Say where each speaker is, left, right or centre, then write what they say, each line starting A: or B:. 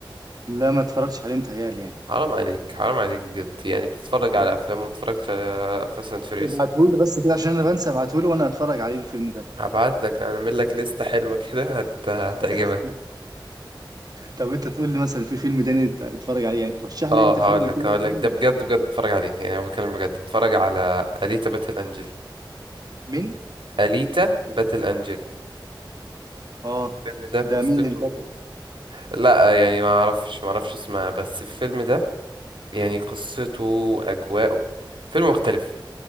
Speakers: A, on the right; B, on the right.
A: لا ما اتفرجتش عليه متهيألي
B: حرام عليك حرام عليك بجد يعني بتتفرج على
A: يعني
B: أفلام وما بتتفرجش على فاست أند فيريس
A: ابعتهولي بس كده عشان انا بنسى ابعتهولي وانا هتفرج عليه الفيلم ده
B: هبعت لك هعمل لك لستة حلوة كده هت... هتعجبك
A: <laughs> طب انت تقول لي مثلا في فيلم تاني ت- اتفرج عليه يعني رشح لي
B: اه
A: انت
B: هقول
A: فيلم
B: لك
A: كده
B: هقول
A: فيلم
B: لك ده بجد بجد اتفرج عليه يعني انا بتكلم بجد اتفرج على اليتا باتل انجل
A: مين
B: اليتا باتل انجل
A: اه
B: الفيلم ده قصته
A: ده مين البطل
B: لا يعني ما اعرفش ما اعرفش اسمها بس الفيلم ده يعني قصته اجواءه فيلم مختلف